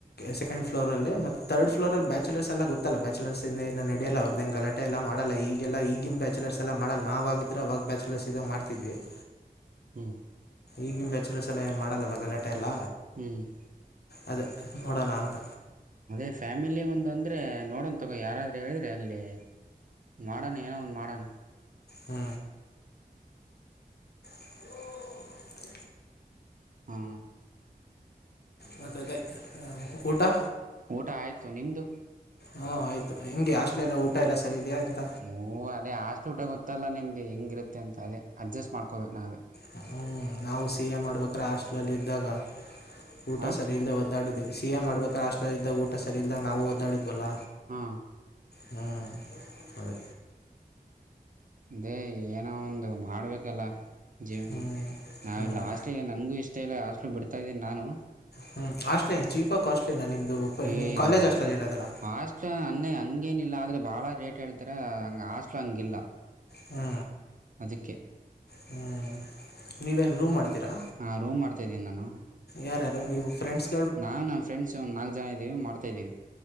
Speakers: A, on the left; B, on the right.
A: ಸೆಕಂಡ್ ಫ್ಲೋ ಅಲ್ಲಿ ಮತ್ತ ತರ್ಡ್ ಫ್ಲೋರ್ ಅ ಬ್ಯಾಚಲರ್ ಎಲ್ಲ ಗೊತ್ತಲ್ಲ ಬ್ಯಾಚಲರ್ಸ್ಂದ ನಡೋಲ್ಲ ಅವ್ರದ ಕಲಾ ಎಲ್ಲ ಮಾಡಲ್ಲ ಈಗೆಲ್ಲ ಈಗಿನ ಬ್ಯಾಚುಲರ್ಸ್ ಎಲ್ಲ ಮಾಡಲ್ಲ ನಾವಗಿದ್ರೆ ಅವಾಗ ಬ್ಯಾಚುಲರ್ಸ್ ಇದಾಗ ಮಾಡ್ತಿದ್ವಿ <inaudible>
B: ಹ್ಮ್
A: ಈಗಿನ ಬ್ಯಾಚುಲರ್ ಸಲ ಏನು ಮಾಡಲ್ಲ ಗಲಾಟೆ ಎಲ್ಲ
B: ಹ್ಮ್
A: ಅದೇ ನೋಡೋಣ ಅಂತ
B: ಅದೇ ಫ್ಯಾಮಿಲಿ ಒಂದ ಅಂದ್ರೆ ನೋಡನ್ ತಗೋ ಯಾರಾದ್ರೂ ಹೇಳ್ರೆ ಅಲ್ಲಿ ಮಾಡೋಣ ಏನೋ ಒಂದ್ ಮಾಡೋಣ
A: ಹ್ಮ್ ಹ
B: ಹಾ
A: ಮತ್ತ ಅದೇ ಫೋಟೋ
B: ಊಟ ಆಯಿತು ನಿಮ್ಮದು
A: ಹಾ ಆಯ್ತು ಹೆಂಗೆ ಆಷ್ಟಟ್ಲೆಲ್ಲ ಊಟ ಎಲ್ಲ ಸರಿ ಇದೆಯಾ ಎಂಥ
B: ಹ್ಞೂ ಅದೇ ಆಾು ಊಟ ಗೊತ್ತಲ್ಲ ನಿಮಗೆ ಹೆಂಗಿರುತ್ತೆ ಅಂತ ಅದೇ ಅಡ್ಜಸ್ಟ್ ಮಾಡ್ಕೋಬೇಕು ನಾವೇ
A: ಹ್ಮ ನಾವು ಸಿಹಾ ಮಾಡ್ಬೇಕ್ರೆ ಹಾಸ್ಟ್ಲಲ್ಲಿ ಇದ್ದಾಗ ಊಟ
B: ಹಾಂ
A: ಸರಿ ಇಲ್ಲದೆ ಒದ್ದಾಡಿದ್ದೀವಿ ಸಿ ಿಯ ಮಾಡಬೇಕಲ್ಲ ಅಷ್ಟಲ್ಲ್ದಾಗ ಊಟ ಸರಿ ಇಲ್ಲದಾಗ ನಾವುಓದ್ದಾಡಿದ್ವಲ್ಲ
B: ಹಾ
A: ಹಾ ಅದೇ
B: ಅೇ ಏನೋ ಒಂದು ಮಾಡ್ಬೇಕಲ್ಲ ಜೀವನ
A: ಹ್ಮ್
B: ನಾ
A: ಹ್ಮ್
B: ಲಾಸ್ಟ್ ಟಿ ಗ್ ಆ ಲಾಸ್ಟಿಗೆ ನನಗೆ ಇಷ್ಟ ಇಲ್ಲ ಬಿಡುತ್ತಿದ್ದೇನೆ ನಾನು ಬರ್ತಾ ಇದೆ ನಾನು.
A: ಹ್ಮ್ ಆಸ್ಟ್ಲಿ ಹಂಗ ಚೀಪ ಕಾಸ್ಟ್ಲಿ ನ ನಿಮ್ದುಮ್
B: ಏ ಇದು
A: ಕಾಲೇಜ್ ಅಸ್ಟ್ಲಲ್ಲಿ ಇರೋದಲ್ಲ.
B: ಹಾಸ್ಟ್ಲ್ ಅನ್ನೇ ಹಂಗೇನಿಲ್ಲ ಆದರೆ ಭಾಳ ರೇಟ್ ಹೇಳ್ತಾರೆ ಹಂಗೆ ಹಾಸ್ಟ್ಲ್ ಹಂಗಿಲ್ಲ.
A: ಹಾ.
B: ಅದಕ್ಕೆ.
A: ಹ್ಞ ನೀವೇನು ರೂಮ್ ಮಾಡ್ತೀರಾ.
B: ಹಾಂೂ್ತಾಿದ್ದೀನಿ ನಾನು.
A: ಯಾರ್ಯಾರು ನೀವು ಫ್ರೆಂಡ್ಸ್.
B: ನಾನ್ ನಮ್ಮ ಫ್ರೆಂಡ್ಸ್ ಒಂದ್ ನಾಲ್ಕ್ ಜನ ಇದೀವಿ ಮಾಡ್ತಾ ಇದೀವಿ.